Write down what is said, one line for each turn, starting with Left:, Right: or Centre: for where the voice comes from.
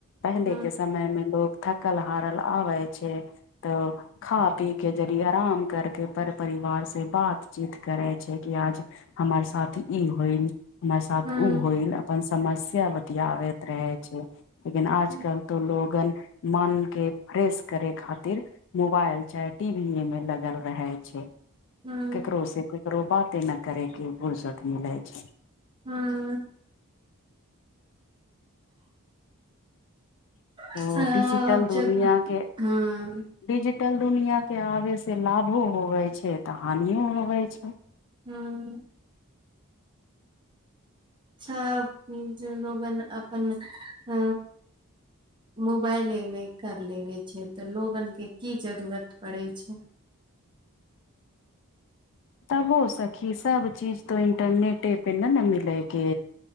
Left: पहिले
Right: हूँ
Left: के समय मे लोग। थकल हारल आबै छै त खा पी के जदि आराम करके पर परिवार से बातचीत करै छै कि आज। हमर साथ ई होइल हमर साथ
Right: हूँ
Left: उ होइल अपन सा समस्या बतियाबैत रहै छै लेकिन आजकल
Right: हूँ
Left: तऽ लोगन मनके फ्रेश करे खातिर मोबाइल चाहे टीवी ए में लगल रहे छै
Right: हूँ
Left: ककरोे से ककरो बाते नहि करे के फुर्सत मीलै छै
Right: हूँ सब
Left: ओ डिजिटल दुनिया
Right: जगह
Left: के
Right: हँ
Left: डिजिटल दुनिआ के आबै से लाभो होबै छै तऽ हानिओ होबै छै
Right: हूँ अच्छा जे लोगन अपन अ मोबाइलेमे कर लेबे छै तऽ लोगने की जरूरत पड़ैत छै
Left: तबो सखी सब चीज तो इंटरनेटे पे ने ने मिलयके